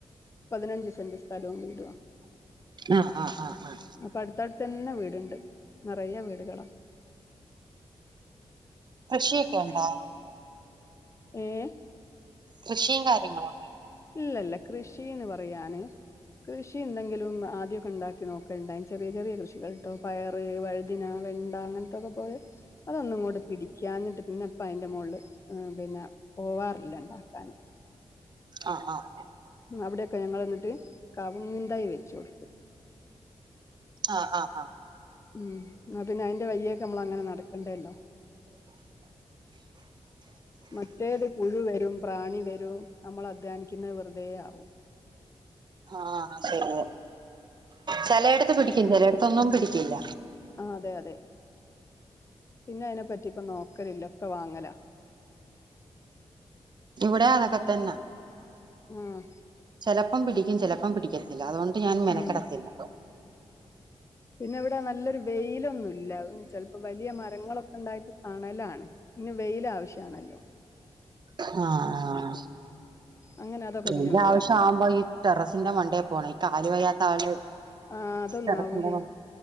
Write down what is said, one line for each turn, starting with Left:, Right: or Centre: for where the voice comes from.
Left: പതിനഞ്ച് സെന്റ് സ്ഥലവും വീടുവാ
Right: ആഹ് ആഹ് ആഹ് ആഹ്
Left: അപ്പൊ അട്ത്തട്ത്തന്നെ വീട്ണ്ട് നിറയെ വീടുകളാ
Right: കൃഷിയൊക്കെണ്ടോ?
Left: ഏഹ്
Right: കൃഷിയും കാര്യങ്ങളൊക്കെ
Left: ഇല്ലല്ല കൃഷിന്ന് പറയാന് കൃഷി ന്തെങ്കിലും ആദ്യക്കെ ണ്ടാക്കി നോക്കൽണ്ടായ ചെറിയ ചെറിയ കൃഷികൾട്ടോ പയറ് വഴു തിന വെണ്ട അങ്ങനത്തൊക്കെ പോലെ അതൊന്നുംങ്ങോട്ട് പിടിക്കാഞ്ഞിട്ട് പിന്നെ ഇപ്പ അയ്ന്റെ മോള്ല് മ് പിന്നെ പോവാറില്ല ഇണ്ടാക്കാന്.
Right: ആഹ് ആഹ്
Left: അവിടെക്കെ ഞങ്ങള്ന്നട്ട് കവുങ്ങിന്തയ് വെച്ചോട്ത്ത്.
Right: ആഹ് ആഹ് ആഹ്
Left: ഉം ന്നാ പിന്നെ അയ്ന്റെ വയ്യേക്കെ നമ്മളങ്ങനെ നട് കണ്ടല്ലോ മറ്റേല് പുഴു വരും. പ്രാണി വരും നമ്മൾ അധ്വാ നിക്കുന്നത് വെറുതെ ആവും
Right: ആഹ് ശരിയ ചലേട്ത്ത് പിടിക്കും ചലേട്ത്തൊന്നും പിടിക്കൂല്ല
Left: ആഹ് അതെ അതെ പിന്നെ അതിനെ പറ്റിപ്പ നോക്കലില്ല ഒക്കെ വാങ്ങല
Right: ഇവടെ അതൊക്കെ തന്നാ
Left: ഏഹ്
Right: ചെലലപ്പം പിടിക്കും ചെലപ്പം പിടിക്കത്തില്ല അതോണ്ട് ഞാന് മെനക്കടത്തില്ല.
Left: ഉം പിന്നെ ഇവടെ നല്ലൊരു വെയിലൊന്നുല്ല ചെൽപ്പോ വലിയ മരങ്ങളൊക്കെ ഇണ്ടായിട്ട് തണലാണ് ഇന്ന് വെയിലാവശ്യാണല്ലോ
Right: ആഹ് ആഹ്
Left: അങ്ങനെ അതൊക്കെ
Right: വെയില്
Left: പിന്നെ ഒഴിവാക്കി
Right: ആവശ്യാക്കുമ്പോ ഈ ടെറസിന്റെ മണ്ടേൽപോണം ഈ കാല് വയ്യാത്ത ആള്
Left: ആഹ് അതൊന്നാവൂലേ
Right: ടെറസിന്റെ മ